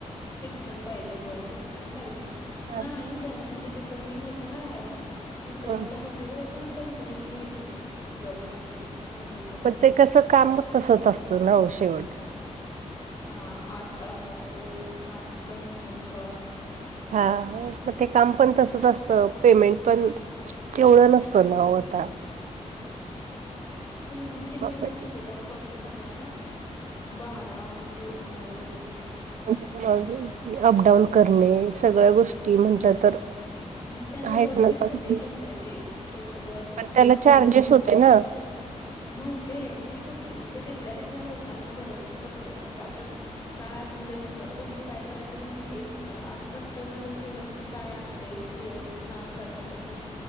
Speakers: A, on the left; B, on the right.
A: शिक्षण पाहिजे होय शिक्षण पाहिजे की,
B: हा.
A: नाही पण म्हणजे तितं मी होते ना राहायला तितं
B: हं,
A: दहावी वर खूप पण कंपनीत घ्यायचे ते, जॉबसाठी. नोकरीसा पण
B: पण ते कसं काम पण तसच असतं ना ओ शेवट
A: हा आठ तासाचं काम कंटीन्यू उभा ऱ्हाउन
B: हा, मग ते काम पण तसच असतं पेमेंट पण तेवढं नसतं ना ओ आता
A: पेमेंट किती
B: असं
A: होत माहितीये का? फक्त त्यांना, बारा, तेरा हजार एवढंच होतं.
B: मग अपडाऊन करणे सगळ्या गोष्टी म्हटलं तर
A: णजे त्यांचं
B: आहेत
A: बॉसपीस
B: ना कष्ट,
A: होते कंपनीजे, त्यांचे बॉस आन्
B: पण
A: त्यांचं
B: त्याला
A: जेवण
B: चार्जेस होते ना.
A: नव्हते, फ्रीज होती. मग ते तिथल्या तिथल्या लोकांना बरं पडते ना? का तर काय असं म्हणजे घरात बसून काय करायचं म्हणून एक त आठ तास जाऊन आले की वरचं काय अस तेच <unintelligible> काम करण्यासाठी